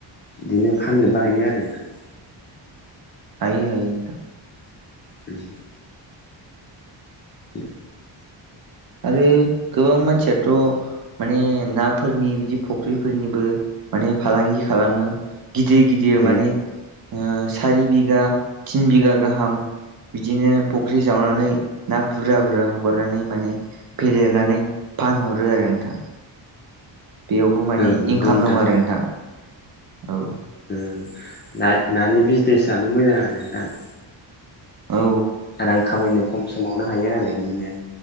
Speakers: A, on the left; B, on the right.
A: बिदिनो फाननोबो हायो आरो नोंथां
B: हायो हायो नोंथां
A: अम <inaudible>
B: आरो गोबां मानसियाथ' माने नाफोरनि बिदि फुख्रिफोरनिबो माने फालांगि खालामो। गिदिर गिदिर माने
A: उम
B: ओ सारि बिगा थिन बिगा गाहाम बिदिनो फुख्रि जावनानै ना बुरजा बुरजा हगारनानै माने फेदेरनानै फानहरो आरो नोंथां। बेयावबो माने
A: ओं नंगौ
B: इनकाम
A: नोंथां
B: दं आरो नोंथां औ
A: अम नानि बिजनेसआबो मोजां आरो नोंथां
B: औ
A: रां खामायनो खम समावनो हायो आरो बिदिनो